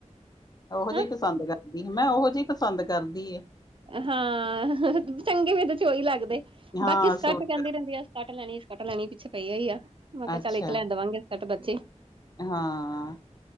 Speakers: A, on the left; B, on the right.
A: ਉਹੋ
B: ਹਾਂ
A: ਜਿਹੇ ਪਸੰਦ ਕਰ ਕਰਦੀ, ਮੈਂ ਉਹੋ ਜਿਹੇ ਪਸੰਦ ਕਰਦੀ ਏ।
B: ਹਾਂ, ਚੰਗੇ ਫਿਰ ਤੇ ਓਹੀ ਲੱਗਦੇ,
A: ਹਾਂ
B: ਬਾਕੀ ਸਕੱਟ
A: ਸੂਟ
B: ਕਹਿੰਦੀ ਰਹਿੰਦੀ ਐ ਸਕੱਟ ਲੈਣੀ ਸਕੱਟ ਲੈਣੀ ਪਿੱਛੇ ਪਈ ਆ ਹੋਈ ਆ, ਮੈਂ ਕਿਹਾ
A: ਅੱਛਾ
B: ਚੱਲ ਇੱਕ ਲੈ ਦੇਵਾਂਗੇ ਸੈਂਟ ਬੱਚੇ।
A: ਹਾਂ।